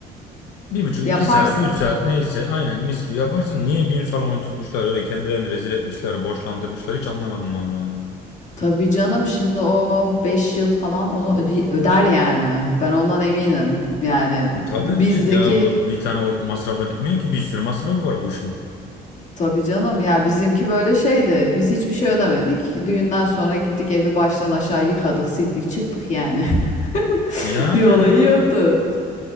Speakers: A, on the left (about 90°); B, on the left (about 45°).
A: bir buçuk
B: yaparsın.
A: iki saat üç saat neyse aynen mis gibi yaparsın. Niye düğün salonu tutmuşlar öyle kendilerini rezil etmişler boşlandırmışlar hiç anlamadım vallahi ya.
B: Tabii canım şimdi o 5 yıl falan onu öde- öder yani. Ben ondan eminim. Yani
A: E, tabii
B: bizdeki
A: ödeyecek ya bu bir tane o masrafla bitmiyor ki bir sürü masrafı var bu işin.
B: tabii canım ya bizimki böyle şeydi. Biz hiçbir şey ödemedik. Düğünden sonra gittik evi baştan aşağı yıkadık, sildik, çıktık yani. <laughs>
A: Yani
B: <laughs> Bir olayı
A: abla.
B: yoktu.